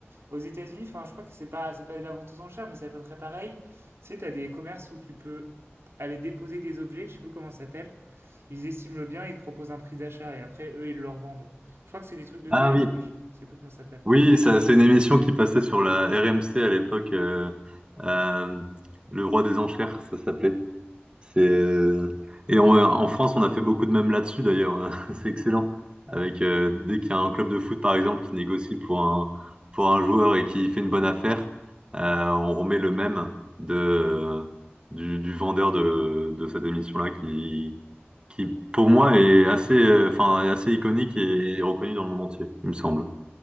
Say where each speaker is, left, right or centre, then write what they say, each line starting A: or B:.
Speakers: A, on the right; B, on the right.
A: Aux États-Unis, enfin, je crois que c'est pas, c'est pas de la vente aux enchères, mais c'est à peu près pareil. Tu sais, t'as des commerces où tu peux aller déposer des objets, je sais plus comment ça s'appelle. Ils estiment le bien, ils te proposent un prix d'achat et après eux ils le revendent. Je crois que c'est des trucs de
B: Ah
A: gage,
B: oui,
A: non, je sais plus comment ça s'appelle.
B: Oui, ça, c'est une émission qui passait sur la RMC à l'époque, euh, euh, Le Roi des Enchères, ça s'appelait. C'est euh, et on- en France, on a fait beaucoup de mèmes là-dessus d'ailleurs. euh, <laughs> C'est excellent. Avec euh, dès qu'il y a un club de foot par exemple qui négocie pour un pour un joueur et qui fait une bonne affaire, euh, on remet le mème de du, du vendeur de, de cette émission-là qui qui pour moi est assez euh, enfin est assez iconique et reconnu dans le monde entier, il me semble.